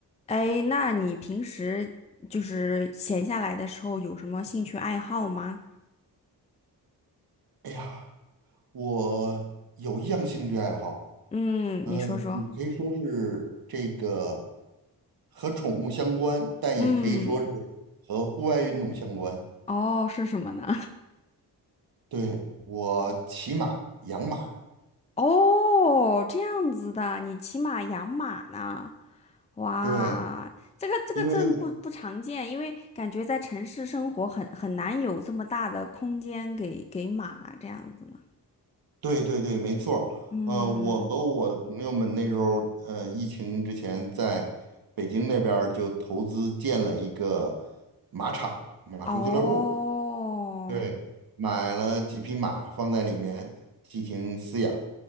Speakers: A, on the left; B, on the right.
A: 哎，那你平时就是闲下来的时候有什么兴趣爱好吗？
B: 哎呀，我有一样兴趣爱好，
A: 嗯，
B: 呃，
A: 你说说。
B: 你可以说是这个和宠物相关，但也可以说是和户外运动相关。
A: 嗯，哦，是什么呢？
B: 对，我骑马、养马，
A: <laughs> 哦，这样子的，你骑马养马呢？哇，
B: 对，
A: 这个这个真不不常见，
B: 因为我
A: 因为感觉在城市生活很很难有这么大的空间给给马这样子呢。
B: 对对对，没错儿。
A: 嗯，
B: 呃，我和我的朋友们那时候，呃，疫情之前在北京那边儿就投资建了一个马场、马术俱乐部。
A: 哦，
B: 对，买了几匹马放在里面进行饲养，